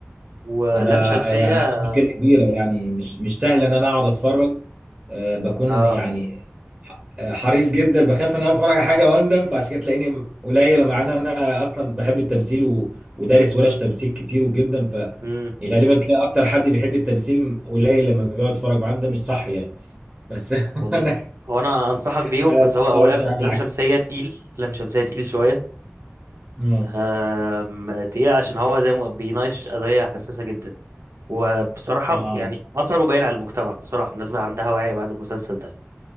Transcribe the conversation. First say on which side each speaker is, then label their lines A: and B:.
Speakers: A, on the right (about 75°); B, on the right (about 20°).
A: ولام
B: انا
A: شمسية
B: يعني عندي مشكله كبيره يعني مش مش سهل ان انا اقعد اتفرج أه بكون
A: اه
B: يعني ح- آه، حريص جدا بخاف ان انا اتفرج على حاجه واندم فعشان كده تلاقيني قليل مع ان انا اصلا بحب التمثيل و... ودارس ورش تمثيل كتير وجدا فغالبا
A: امم
B: تلاقي اكتر حد بيحب التمثيل قليل لما بيقعد يتفرج معاه ده مش صح يعني بس <laughs>
A: والله
B: انا
A: هو انا انصحك بيهم
B: أنا
A: بس هو هو
B: الموضوع
A: لم
B: مش عامل
A: لم
B: العكس
A: شمسيه تقيل لم شمسيه تقيل شويه
B: اه
A: آم، تقيل عشان هو زي ما بيناقش قضيه حساسه جدا وبصراحه
B: اه
A: يعني اثره باين على المجتمع بصراحه الناس بقى عندها وعي بعد المسلسل ده